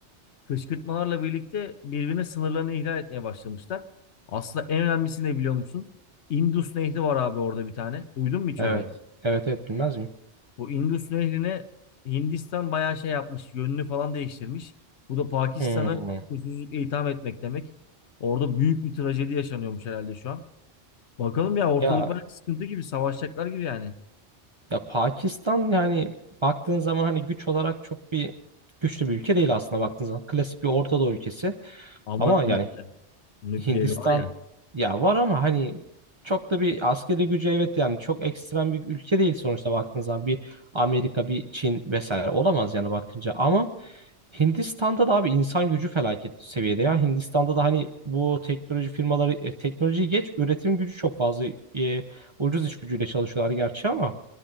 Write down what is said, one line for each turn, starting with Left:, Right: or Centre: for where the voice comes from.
Left: kışkırtmalarla birlikte birbirine sınırlarını ihlal etmeye başlamışlar. Aslında en önemlisi ne biliyor musun? Indus Nehri var abi orada bir tane. Duydun mu hiç
Right: Evet.
Left: orayı?
Right: Evet evet bilmez miyim?
Left: Bu Indus Nehri'ne Hindistan bayağı şey yapmış. Yönünü falan değiştirmiş. Bu da Pakistan'ı
Right: Hmm.
Left: susuzlukla itham etmek demek. Orada büyük bir trajedi yaşanıyormuş herhalde şu an. Bakalım ya ortalık
Right: Ya
Left: bayağı sıkıntı gibi. Savaşacaklar gibi yani.
Right: ya Pakistan yani baktığın zaman hani güç olarak çok bir güçlü bir ülke değil aslında baktığın zaman. Klasik bir Orta Doğu ülkesi.
Left: Ama
Right: Ama
Left: nükleer,
Right: yani
Left: nükleeri
Right: Hindistan
Left: var ya.
Right: ya var ama hani çok da bir askeri gücü evet yani çok ekstrem bir ülke değil sonuçta baktığın zaman bir Amerika bir Çin vesaire olamaz yani bakınca ama Hindistan'da da abi insan gücü felaket seviyede ya Hindistan'da da hani bu teknoloji firmaları e, teknolojiyi geç üretim gücü çok fazla e, ucuz iş gücüyle çalışıyorlar gerçi ama